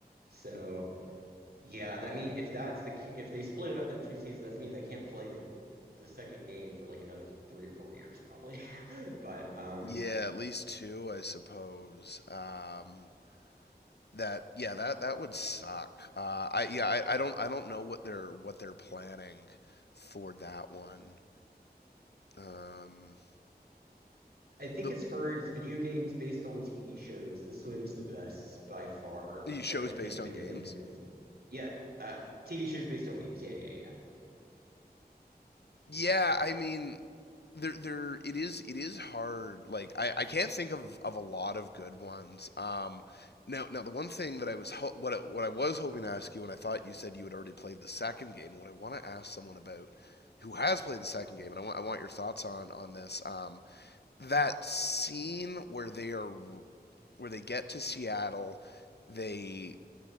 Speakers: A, on the right; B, on the left.
A: So yeah, that mean if that's the ca- if they split it up into two seasons, that means I can't play the the second game for like another three or four years probably. <laughs> But um.
B: Yeah, at least two, I suppose. Um, that yeah, that that would suck. Uh, I yeah, I, I don't I don't know what they're what they're planning for that one. Um,
A: I think
B: the
A: as far as video games based on TV shows, this one's the best by far.
B: these shows
A: I can't
B: based
A: think of
B: on
A: anything
B: games.
A: that comes. cl- Yeah, uh, TV shows based on games. Yeah, yeah, yeah,
B: Yeah, I mean, there, there, it is, it is hard. Like, I, I can't think of, of a lot of good ones. Um, now, now the one thing that I was ho- what I, what I was hoping to ask you, and I thought you said you had already played the second game. What I want to ask someone about who has played the second game, and I want I want your thoughts on on this. Um, that scene where they are where they get to Seattle, they